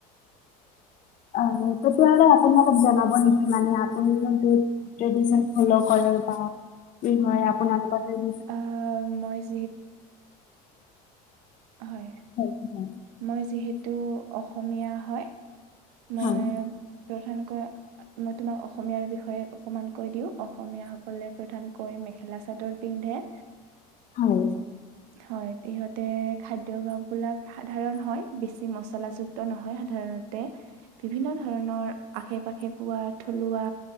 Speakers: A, on the left (about 40°); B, on the right (about 80°).
A: অ, তেতিয়াহ'লে আপুনি অলপ জনাব নেকি মানে আপুনি কোনটো ট্ৰেদিচন ফল' কৰে বা কি হয় আপোনালোকৰড <inaudible>
B: আহ মই যিহেতু হয়।
A: হয়, হয়।
B: মই যিহেতু অসমীয়া হয় মই
A: হয়
B: প্ৰধানকৈ মই তোমাক অসমীয়াৰ বিষয়ে অকণমান কৈ দিওঁ অসমীয়াসকলে প্ৰধানকৈ মেখেলা চাদৰ পিন্ধে।
A: হয়।
B: হয় সিহঁতে খাদ্যয়ভাস বিলাক সাধাৰণ হয় বেছি মচলাযুক্ত নহয় সাধাৰণতে বিভিন্ন ধৰণৰ আশে পাশে পোৱা থলুৱা